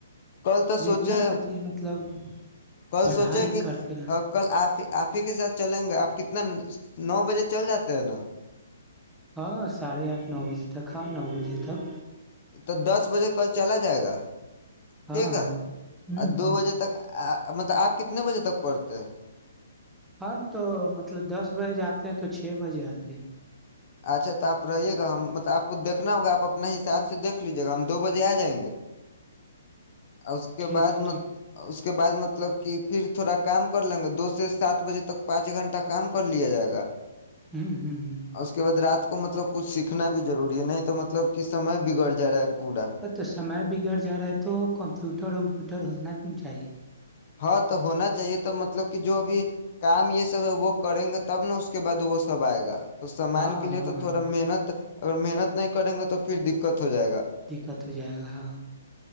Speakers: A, on the left; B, in the centre.
A: کل تو
B: دیکھنا
A: سوچے
B: کہتی ہے مطلب
A: کل
B: پڑھائی
A: سوچے کہ
B: کرتے رہے
A: کل آپ <unintelligible> آپ ہی کے ساتھ چلیں گے آپ کتنا نو بجے چل جاتے ہے نا
B: ہاں ساڑھے آٹھ نو بجے تک ہاں نو بجے تک
A: تو دس بجے کل چلا جائے گا
B: ہاں
A: ٹھیک ہے
B: ہاں ہ
A: اور دو
B: ہ
A: بجے تک مطلب آپ کتنے بجے تک پڑھتے ہیں
B: ہم تو مطلب دس بجے جاتے ہیں تو چھ بجے آتے ہیں
A: اچھا تو آپ رہیے گا ہم مطب آپ کچ دیکھنا ہوگا اپنا حساب سے دیک لیجیے گا ہم دو بجے آ جائیں گے اس کے
B: ٹھیک
A: بعد
B: ہے ٹھیک
A: اس کے بعد مطلب کہ پھر تھوڑا کام کر لیں گے دو سے سات بجے تک پانچ گھنٹہ کام کر لیا جائے گا
B: ہوں ہوں ہ
A: اور اس کے بعد رات کو مطلب کچھ سیکھنا بھی ضوری ہے نہیں تو م مطلب کہ سم بگڑ جائے رہا پورا
B: ا تو سمے بگڑ جا رہا ہے تو کمپیوٹر ومپیوٹر ہونا چاہیے
A: ہاں تو ہونا چاہیے تو مطلب کہ جو ابھی کام یہ سب وہ کریں گے تب نہ اس کے بعد وہ سب آئے گا تو سامان
B: ہاں
A: کے
B: ہاں
A: لیے تو
B: ہاں
A: تھوڑا محنت اگر محنت نہیں کریں گے تو پھر د ت ہو جائے گا
B: دقت ہو جائے گا ہاں